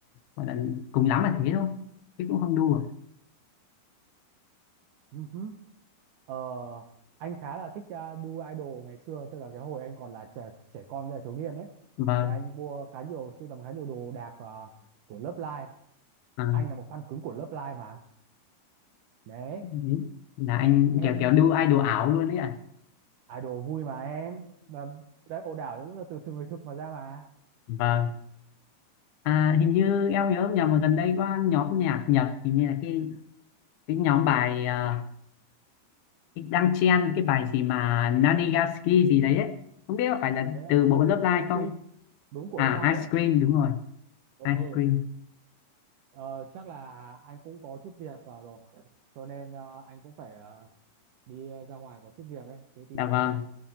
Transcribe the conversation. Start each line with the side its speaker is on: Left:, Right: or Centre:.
Left: gọi là cùng lắm là thế thôi chứ cũng không đu được.
Right: Ừ hứ. Ờ, anh khá là thích ờ, đu idol ngày xưa tức là cái hồi anh còn là trẻ, trẻ con với là thiếu niên ấy
Left: vâng
Right: thì anh mua khá nhiều sưu tầm khá nhiều đồ đạc ờ, của Love Live
Left: à,
Right: anh là một fan cứng của Love Live mà đấy
Left: đấy. là anh
Right: em
Left: kiểu kiểu đu idol ảo luôn đấy ạ
Right: idol vui mà em và đấy ồ đảo cũng là từ từ người thực mà ra mà
Left: vâng à, hình như em nhớ không nhầm mà gần đây có nhóm nhạc Nhật hình như là cái cái nhóm bài à, đang chen cái bài gì mà Nanigaski gì đấy ấy. Không biết có phải là
Right: đấy là
Left: từ bộ Love
Right: ice
Left: Live không?
Right: cream đúng của
Left: À,
Right: Love Live
Left: Ice
Right: đấy
Left: Cream đúng rồi,
Right: ừ
Left: Ice
Right: ừ
Left: Cream.
Right: Ờ, chắc là anh cũng có chút việc ờ, rồi cho nên ờ, anh cũng phải ờ, đi ra ngoài có chút việc ấy thế thì
Left: Dạ vâng,
Right: ờ,